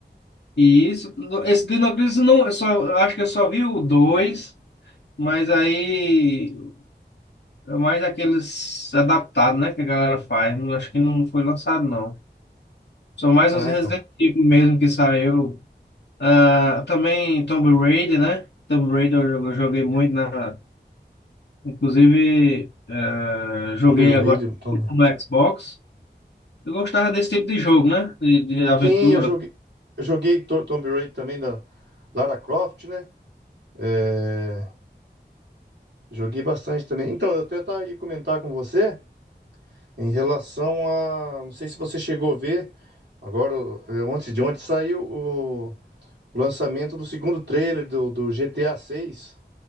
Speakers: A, on the left; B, on the right.
A: E isso, esse Dino não, eu só, eu acho que eu só vi o dois mas aí é mais aqueles adaptados, né, que a galera faz. Não, acho que não foi lançado, não. São mais
B: Ah,
A: os Resident
B: então.
A: Evil mesmo que saiu. Ah, também Tomb Raider, né? Tomb Raider eu, jo- eu joguei muito na. Inclusive, eh, joguei
B: Tomb
A: agora
B: Raider. Tomb-
A: no Xbox. Eu gostava desse tipo de jogo, né? De, de aventura,
B: Sim, eu joguei. Eu joguei to- Tomb Raider também da Lara Croft, né? É, Joguei bastante também. Então, eu até tá aí comentar com você em relação a. Não sei se você chegou a ver. Agora, eh, ontem de ontem saiu o. O lançamento do segundo trailer do, do GTA 6.